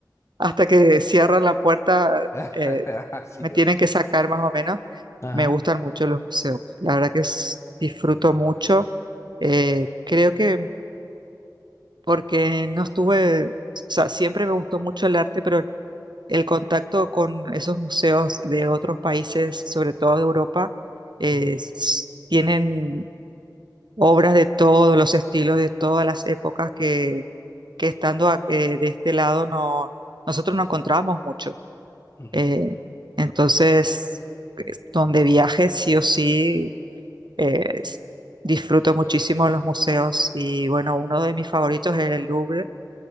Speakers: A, on the right (about 80°); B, on the left (about 40°).
A: hasta que cierran la puerta.
B: <laughs>
A: eh,
B: Así
A: me
B: lo.
A: tienen que sacar más o menos.
B: Ajá.
A: Me gustan mucho los museos. La verdad que es- disfruto mucho. Eh, creo que porque no estuve, o sea, siempre me gustó mucho el arte, pero el contacto con esos museos de otros países, sobre todo de Europa, eh,
B: Ujú,
A: s- tienen obras de todos los estilos, de todas las épocas que, que estando a- eh, de este lado no, nosotros no encontramos mucho.
B: ujú.
A: Eh, entonces, es- donde viaje, sí o sí, eh, s- disfruto muchísimo los museos y bueno, uno de mis favoritos es el Louvre,